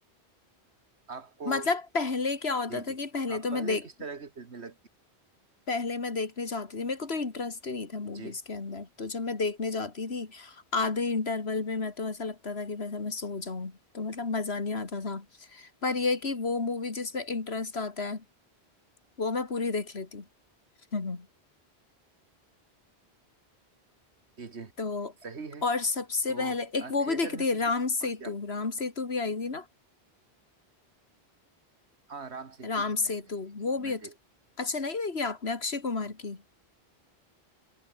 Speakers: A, on the right; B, on the left.
A: आपको
B: मतलब पहले क्या होता
A: जी
B: था
A: जी
B: कि पहले
A: आप
B: तो मैं
A: पहले
B: देख
A: किस तरह की फिल्में लगती
B: पहले मैं देखने जाती थी मेरे को तो इंटरेस्ट ही नहीं था मूवीज
A: जी
B: के अंदर तो जब मैं देखने जाती थी आधे इंटरवल में मैं तो ऐसा लगता था कि वैसा मैं सो जाऊं तो मतलब मजा नहीं आता था पर ये है कि वो मूवी जिसमें इंटरेस्ट आता है वो मैं पूरी देख लेती हूँ
A: जी
B: <laughs>
A: जी
B: तो
A: सही है
B: और सबसे
A: तो
B: पहले एक
A: अ,
B: वो भी
A: थिएटर
B: देखी
A: में
B: थी
A: पिछली
B: राम सेतु
A: कौन सी आप
B: राम सेतु भी आई थी ना
A: हाँ राम सेतु
B: राम
A: भी मैंने
B: सेतु
A: नहीं देखी
B: वो भी
A: मैं
B: अच्छा
A: देख
B: अच्छा नहीं देखी आपने अक्षय कुमार
A: हम
B: की